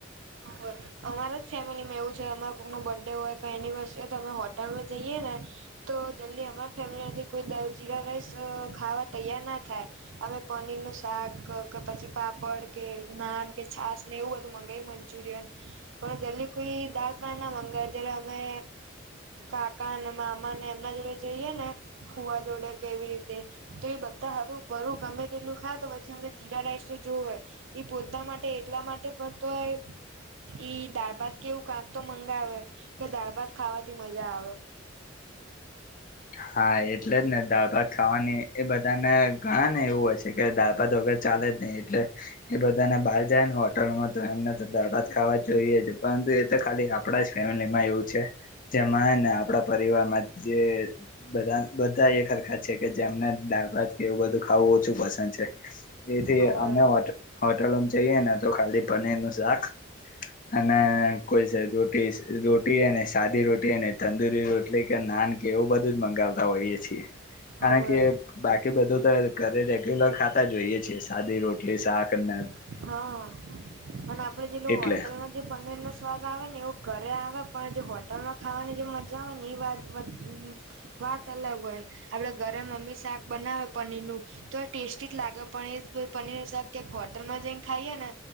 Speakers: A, on the right; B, on the left.
A: <unintelligible> અમારા જ ફેમિલીમાં એવું છે અમારે કોકનુ બર્થડે હોય કઈ એનિવર્સરી હોય તો અમે હોટલમાં જઈએ ને તો જલ્દી અમા ફેમિલીમાંથી કોઈ જીરા રાઈસ અ ખાવા તૈયાર ના થાય અમે પનીર નું શાક કે પછી પાપડ કે નાન કે છાસ ને એવું બધું મંગાવી મન ચુરિયન પણ ‌દેલી કોઈ દાલ ફ્રાય અમે કાકા મામા ને એમના જોડે જઈએ ને ફુવા જોડે કે એવી રીતે તો એ બધા હારુ બરું અમે તેટલું ખા તો પછી અમને જીરા રાઇસ તો જોવે હોય એ પોતા માટે એટલા માટે પડતો હોય <inaudible> ઈ દાળ ભાત કેવું કામ તો મંગાવે કે દાળ ભાત ખાવાથી મજા આવે <inaudible>
B: હા, એટલે જ ને દાળ-ભાત ખાવાની એ બધાને ઘણાને એવું હોય છે કે, દાળ-ભાત વગર ચા ચાલે જ નઈ એટલે એ બધાને બહાર જાય ન હોટલોમાં તો એમને તો દાળ-ભાત ખાવા જોઈએ છે પરંતુ એ તો ખાલી આપણા જ ફેમિલીમાં એવું છે, જેમાં હે આપણા પરિવારમાં જે બધ બધા એક હરરખા છે કે જેમને દાળ ભાત કે એવું બધું ખાવું ઓછું પશે <unintelligible> જેથી
A: હવે
B: અમે હોટ-હોટલોમ જઈએ ને તો ખાલી પનીરનું શાક અને કોઈ સાઈડ રોટી શે, રોટી અને સાદી રોટી અને તંદુરી રોટલી કે નાન કે એવું બધું મંગાવતા હોઈએ છીએ
A: હવે
B: કારણ કે બાકી બધું તો ઘરે ગ્યુલર ખાતા જોઈએ છીએ. સાદી રોટલી શાક અને
A: હન, અન આપડે જેટલું
B: એટલે
A: હોટેલમાં જે પનીરનો સ્વાદ આવે ને એવુ ઘરે આવે પણ જે હોટલમાં ખાવાની જે મજા આવેને ઈ વાત <unintelligible> વાત અલગ હોય. આપડે ઘરે મમ્મી શાક બનાવે પનીરનું, તો એ ટેસ્ટી જ લાગ પણ એ પનીરનું શાક ક્યાંક હોટ હોટલમાં જઈને ખાઈએ તો